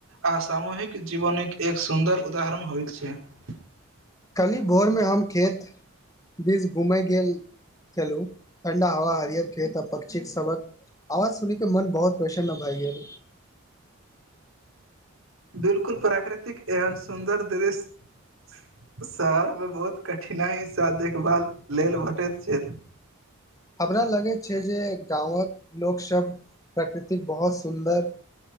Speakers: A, on the right; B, on the left.
A: आ सामूहिक जीवन एक सुन्दर उदाहरण होइतइत छै
B: कली भोर में हम खेत दिस घूमय गेल चलू ठंडा हवा हरियर खेत पक्षी सबक आवाज सुनी के मन बहुत प्रसन्न भइ गेल
A: बिलकुल प्राकृतिक एहन सुन्दर दृश्य
B: <inaudible>
A: शहर में बहुत कठिनाइ सँ देखभाल लेल भेटैत छैथ
B: हमरा लगे छै जे गाँवक लोक सब प्रकृतिक बहुत सुन्दर